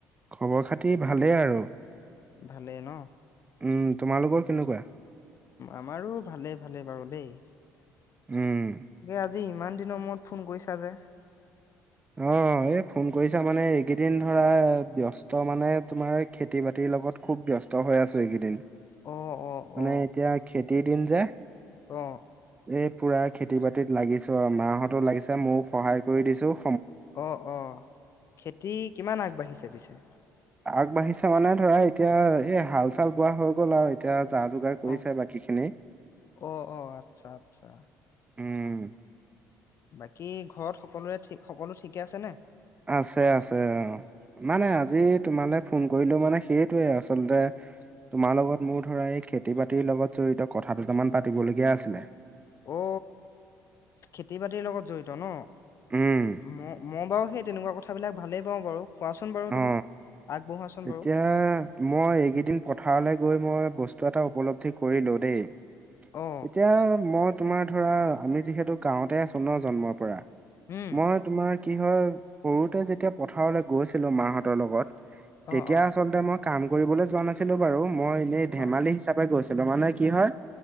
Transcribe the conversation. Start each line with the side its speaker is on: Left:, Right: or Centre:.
Right: খবৰ খাতি ভালেই আৰু।
Left: ভালে ন।
Right: উম তোমালোকৰ কেনেকুৱা?
Left: আমাৰো ভালেই ভালেই বাৰু দেই।
Right: উম
Left: তাকে আজি ইমান দিনৰ মূৰত ফোন কৰিছা যে।
Right: অ এই ফোন কৰিছা মানে এইকেইদিন ধৰা ব্যস্ত মানে তোমাৰ খেতি বাতিৰ লগত খুব ব্যস্ত হৈ আছো এইকেইদিন,
Left: অ অ
Right: মানে
Left: অ
Right: এতিয়া খেতিৰ দিন যে।
Left: অ।
Right: এই পূৰা খেতি বাতিত লাগিছোঁ আৰু মাহঁতো লাগিছে ময়ো সহায় কৰি দিছোঁ।
Left: অ অ খেতি কিমান আগবাঢ়িছে পিছে?
Right: আগবাঢ়িছে মানে ধৰা এতিয়া এ হাল-চাল বোৱা হৈ গ'ল আৰু এতিয়া যা-যোগাৰ কৰিছে
Left: অ
Right: বাকী খিনি।
Left: অ অ আচ্ছা আচ্ছা
Right: উম
Left: বাকী ঘৰত সকলোৰে সকলো ঠিকে আছে ন?
Right: আছে আছে অ মানে
Left: অ
Right: আজি তোমালৈ ফোন কৰিলো মানে সেইটয়ে আচলতে তোমাৰ লগত মোৰ ধৰা এই খেতি-বাতিৰ লগত জড়িত কথা দুটামান পাতিবলগীয়া আছিলে।
Left: অ খেতি বাতিৰ লগত জড়িত ন?
Right: উম
Left: ম মই বাৰু সেই তেনেকুৱা কথাবিলাক ভালেই পাওঁ বাৰু। কোৱাচোন বাৰু তুমি
Right: অ
Left: আগবঢ়োৱাচোন বাৰু
Right: এতিয়া মই এইকেইদিন
Left: উম,
Right: পথাৰলৈ বস্তু এ উপ কৰিলো দেই,
Left: অ
Right: এতিয়া মই তোমাৰ ধৰা আমি যিহেতু গাঁওতে আছো ন জন্মৰ পৰা।
Left: উম
Right: মই তোমাৰ কি হয় সৰুতে যেতিয়া পথাৰলৈ গৈছিলো মাহঁতৰ লগত তেতিয়া
Left: অ অ
Right: আচলতে মই কাম কৰিবলৈ যোৱা নাছিলো বাৰু, মই এনেই ধেমালি
Left: অ
Right: হিচাপে গৈছিলো। মানে কি হয়